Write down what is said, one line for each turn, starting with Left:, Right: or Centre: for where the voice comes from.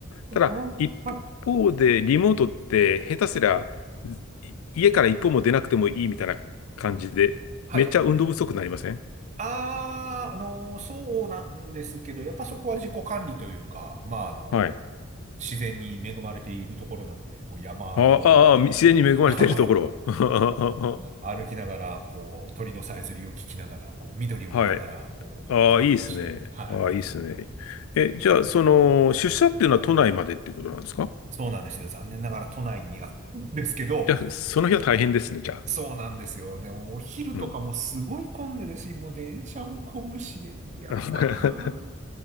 Right: お
Left: ただ、一方で、
Right: ーはい。
Left: リモートって下手すりゃ、い家から一歩も出なくてもいいみたいな感じで、
Right: はい。
Left: めっちゃ運動不足になりません
Right: ああ、あのーそうなんですけど、やっぱそこは自己管理というか、まあ、あの、
Left: はい。
Right: 自然に恵まれているところなので、こう、山あいを
Left: ああ、あ自然に恵まれているところ。
Right: <laughs>
Left: <laughs>
Right: 歩きながら、こう、鳥のさえずりを聞きながら、こう、緑を見ながら、
Left: はい。
Right: こう、
Left: ああ、
Right: 散歩して、
Left: いいですね。
Right: はい。
Left: ああ、いいですね。え、じゃあ、その、出社っていうのは都内までってことなんですか
Right: そうなんですよ。残念ながら都内にあるんですけど、
Left: じゃあ、その日は大変ですね、じゃあ。
Right: そうなんですよ。でも、お昼とかもすごい混んでるし、
Left: うん。
Right: もう電車も混むしで、いや、
Left: <laughs>
Right: まあ、